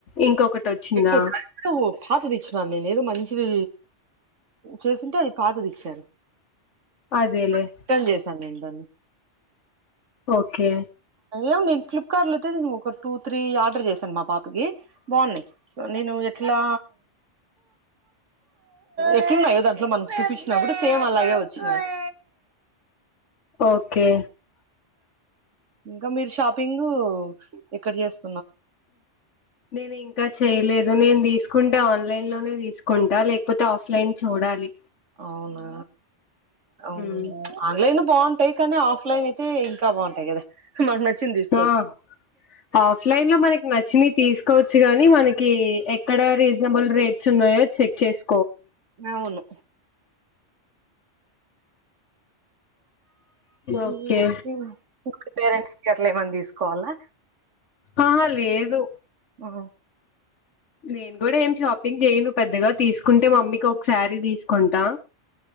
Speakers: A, on the left (about 75°); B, on the right (about 85°).
A: ఇంకొకటి వచ్చిందా
B: ఇప్పుడు డెరక్ట్ పాత దించిన్నా నేనేదో మంచి ఇది చేసింటే ఇది పాతది ఇచ్చారు
A: అదేలే
B: రిట్రన్ చేసాను నేను దాన్ని
A: ఓకే
B: ఏం నేను ఫ్లిప్కార్ట్ లోతే ఒక టూ త్రీ ఆర్డర్ చేశాను మా పాపకి బాగున్నాయి నేను ఎట్లా ఎట్లున్నాయో దాంట్లో మనకు చూపించినప్పుడు సేమ్ అలాగే వచ్చినంయి
A: ఓకే
B: ఇంకా మీరు షాపింగ్ ఎక్కడ చేస్త
A: నేను ఇంకా చేయలేదు ఎదో నేను తీసుకుంటే ఆన్లైన్ లోనే తీసుకుంటా లేకపోతే ఆఫ్లైన్ చూడాలి
B: అవునా ఆవు
A: ఉమ్.
B: ఆన్లైన్ లో భూ బాగుంటాయి కానీ ఆఫ్లైన్ అయితే ఇంకా బాగుంటాయి కదా మనకు నచ్చింది తీసుకోవచ్చు
A: ఆ ఆఫ్లైన్ లో మనకి నచ్ చి తీసుకోవచ్చు గానీ మనకి ఎక్కడ రీజనబుల్ రేట్స్ ఉన్నాయో చెక్ చెస్
B: అవును
A: ఓకే
B: ఉ పేరెంట్స్ అట్లా ఏమంది తీసుకోవాలా
A: ఆహా లేదు
B: ఓ
A: నేను కూడా ఏం షాపింగ్ చేయ్యను పెద్దగా తీసుకుంటే మమ్మీకి ఒక శారీ తీసుకుంటా